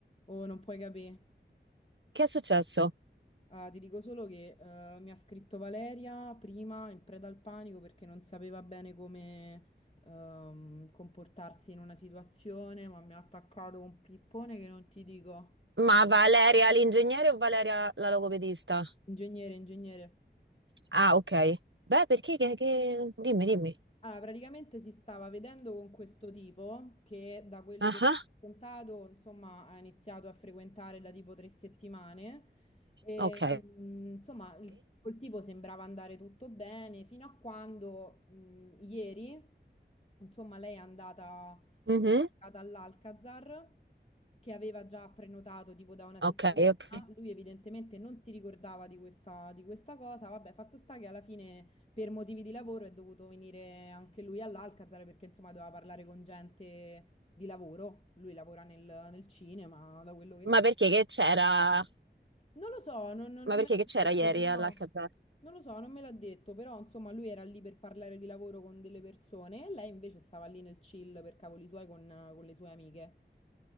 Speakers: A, on the left (about 35°); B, on the right (about 80°).
A: Oh, non puoi capire.
B: Che è successo?
A: Ah, ti dico solo che eh, mi ha scritto Valeria prima in preda al panico perché non sapeva bene come ehm, comportarsi in una situazione, ma mi ha attaccato un pippone che non ti dico.
B: Ma Valeria l'ingegnere o Valeria la logopedista?
A: Ingegnere, ingegnere.
B: Ah, ok. Beh, perché che, che- Dimmi, dimmi.
A: Allora, praticamente si stava vedendo con questo tipo che da quello
B: Ah,
A: che
B: ah,
A: mi ha raccontato, insomma, ha iniziato a frequentare da tipo tre settimane e,
B: ok.
A: mh, insomma, il, col tipo sembrava andare tutto bene fino a quando, mh, ieri, insomma, lei è andata a
B: Mhm,
A: questa serata all'Alcazar che aveva già prenotato tipo da una
B: Ok,
A: settimana.
B: ok.
A: Lui evidentemente non si ricordava di questa, di questa cosa. Vabbè, fatto sta che alla fine per motivi di lavoro è dovuto venire anche lui all'Alcazar perché insomma doveva parlare con gente di lavoro. Lui lavora nel, nel cinema, da quello che so.
B: Ma perché che c'era?
A: Non lo so, non, non- non
B: Ma perché
A: me l'ha
B: che c'era
A: detto,
B: ieri
A: però
B: all'Alcazar?
A: non lo so, non me l'ha detto, però insomma lui era lì per parlare di lavoro con delle persone e lei invece stava lì nel chill per cavoli suoi con con le sue amiche.